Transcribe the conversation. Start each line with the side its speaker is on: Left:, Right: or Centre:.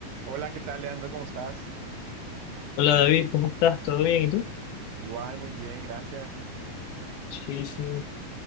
Right: Hola, ¿qué tal, Leandro? ¿Cómo estás?
Left: Hola David, ¿cómo estás? ¿Todo bien? ¿Y tú?
Right: Igual, muy bien, gracias.
Left: Sí, sí.